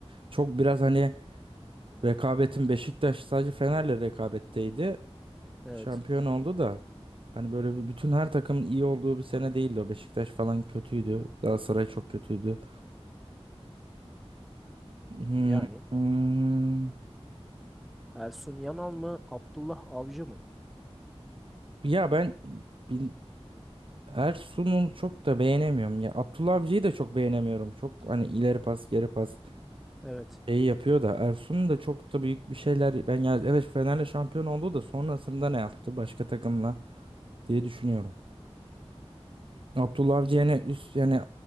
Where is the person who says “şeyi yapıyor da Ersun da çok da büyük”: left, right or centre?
Right